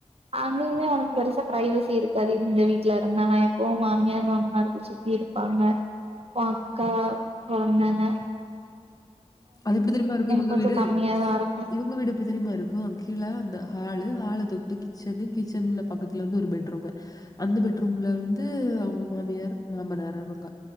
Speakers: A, on the right (about 60°); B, on the left (about 30°).
A: அங்கேயுமே ஒனக்கு பெருசா பிரைவசி இருக்காது இந்த வீட்ல இருந்தா நா எப்போவு மாமியார் மாமானார் இருக்கு சுத்தி இரு ப்பாங்க ஒ அக்கா கொழந்தனு
B: அது எப்டி தெரியுமா இருக்கு இவுங்க
A: கொஞ்சோ
B: வீடு
A: கம்மியாதா இருக்கு
B: இவுங்க வீடு எப்டி தெரியுமா இருக்கு கீழ அந்த ஹாலு ஹால தொட்டு கிச்சன்னு கிச்சன்ல பக்கத்துல வந்து ஒரு பெட்ரூமு அந்த பெட்ரூம்ல வந்து அவுங்க மாமியார் மாமனார் அவுங்க